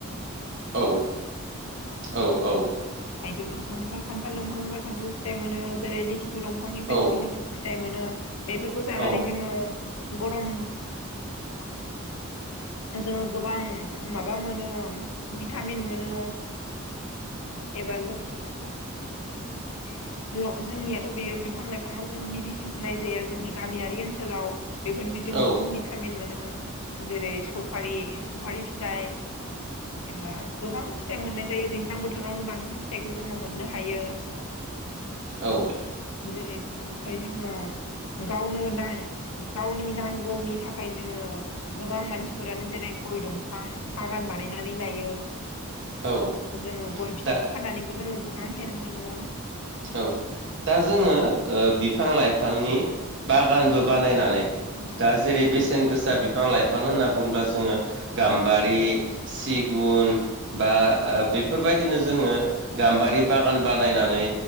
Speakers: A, on the right (about 55°); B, on the left (about 80°).
A: औ औ औ
B: थाइजौ दंफांनिफ्राय खान्थाल दंफांनिफ्राय खान्थाल फिथाइ मोनो जेरै लिथिखु दंफांनिफ्राय
A: औ
B: जोङ लिथिखु फिथाइ मोनो। बेफोरखौ जानानै
A: औ
B: जोङो गरम जोङो गोबां माबा मोनो भिटामिन मोनो। एबा जोंनि जोंनि बे जोंनियाथ' बेयो बिफां लाइफाङाव जोङो मेडिसिन होनाय जाया जोंनि गामियारि ओनसोलाव बेफोरनिफ्राय जों
A: औ
B: गोबां भिटामिन मोनो जेरै सफारि सफारि फिथाइ एबा गोबां फिथाइ मोननाय जायो दैज्लां बोथोरावनो बांसिन फि फिथाइखौ जोङो मोननो हायो
A: औ
B: जेरै इनिफाइ जोङो गावनो नां गावनि नांगौनि थाखाय जोङो गोबां मानसिफोरानो जेरै <inaudible> गय दंफां बागान बानायनानै लायो
A: औ
B: जोङो गय फिथाइखौ
A: दा
B: फाननानैबो जोङो गोबां हेल्प मोनो
A: औ दा जोङो ओ बिफां -लाइफांनि <unintelligible> बागानबो बानायनानै दा जेरै बेसेन गोसा बिफां- लाइफां होनना बुङोब्ला जोङो गाम्बारि
B: अ
A: सिगुन बा ओ बेफ फोरबायदिनो जोङो गाम्बारि बागान बानायनानै